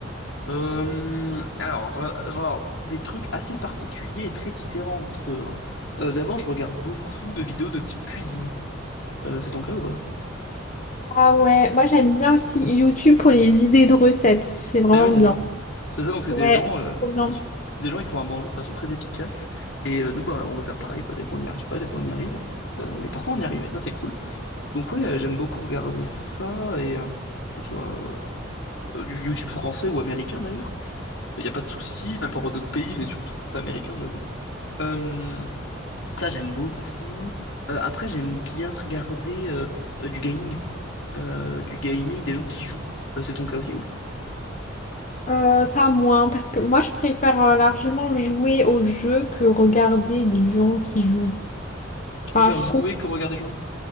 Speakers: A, on the left (about 70°); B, on the left (about 40°).
A: Euh, alors, je- genre, des trucs assez particuliers et très différents entre eux. hein. Euh, d'abord, je regarde beaucoup de vidéos de type cuisine. Euh, c'est ton cas ou pas?
B: Ah ouais, moi j'aime bien aussi YouTube pour les idées de recettes. C'est vraiment
A: Ben ouais, c'est
B: bien.
A: ça. C'est ça, donc c'est
B: Ouais,
A: des gens,
B: c'est
A: euh,
B: trop bien.
A: ils, c'est des gens, ils font à manger de façon très efficace. Et euh, nous, bah, on veut faire pareil, quoi. Des fois, on n'y arrive pas, des fois, on y arrive. Euh, mais parfois, on y arrive, et ça, c'est cool. Donc ouais, euh, j'aime beaucoup regarder ça, et euh, que ce soit euh, du YouTube français ou américain, d'ailleurs. Il n'y a pas de souci, même parfois d'autres pays, mais surtout français-américain, j'avoue. Euh, Ça, j'aime beaucoup. Euh, après, j'aime bien regarder euh, euh, du gaming. Euh, du gaming, des gens qui jouent. Euh, c'est ton cas aussi ou pas?
B: Euh, ça moins, parce que moi je préfère euh, largement jouer au jeu que regarder des gens qui jouent.
A: Tu
B: Enfin,
A: préfères
B: je
A: jouer
B: trouve
A: que regarder jouer?